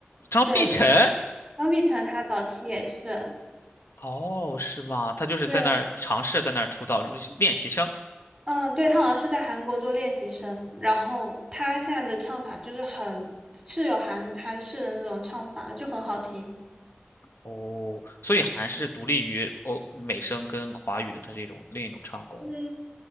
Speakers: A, on the left; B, on the right.
A: 张碧晨。
B: 对，张碧晨她早期也是。
A: 哦，是吗？他就是在那儿尝试在那儿出道，
B: 对。
A: 什么练习生。
B: 嗯，对，他好像是在韩国做练习生，然后他现在的唱法就是很是有韩韩式的那种唱法的就很好听。
A: 哦，所以还是独立于欧美声跟华语的，它是一种另一种唱功。
B: 嗯，